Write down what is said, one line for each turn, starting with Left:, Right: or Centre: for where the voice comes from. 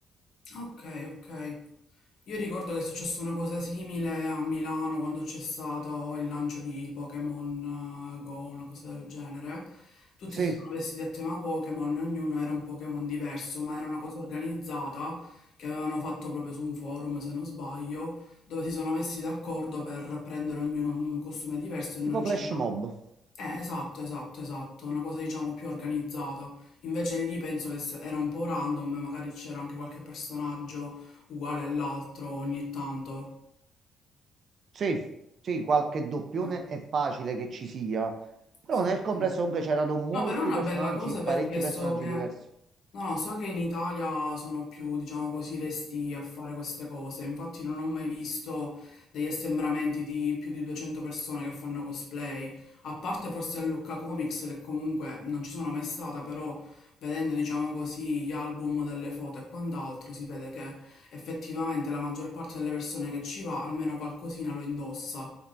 Left: Ok, ok. Io ricordo che è successa una cosa simile a Milano quando c'è stato il lancio di Pokémon eh, Go, una cosa del genere. Tutti
Right: Sì,
Left: si sono vestiti a tema Pokémon, ognuno era un Pokémon diverso, ma era una cosa organizzata che avevano fatto proprio su un forum, se non sbaglio, dove si sono messi d'accordo per prendere ognuno un costume diverso e non
Right: tipo
Left: c'era.
Right: flash mob.
Left: Eh, esatto, esatto, esatto, una cosa diciamo più organizzata. Invece lì penso che se- era un po' random, magari c'era anche qualche personaggio uguale all'altro ogni tanto.
Right: Sì, sì, qualche doppione
Left: Eh,
Right: è facile che ci sia. Però
Left: sì,
Right: nel
Left: sì.
Right: complesso
Left: sì.
Right: comunque c'erano molti
Left: No, però è una
Right: personaggi,
Left: bella cosa
Right: parecchi
Left: perché
Right: personaggi
Left: so che, no,
Right: diversi.
Left: no, so che in Italia sono più, diciamo così, resti a fare queste cose. Infatti non ho mai visto degli assembramenti di più di 200 persone che fanno cosplay, a parte forse a Lucca Comics che comunque non ci sono mai stata, però vedendo, diciamo così, gli album delle foto e quant'altro, si vede che effettivamente la maggior parte delle persone che ci va almeno qualcosina lo indossa.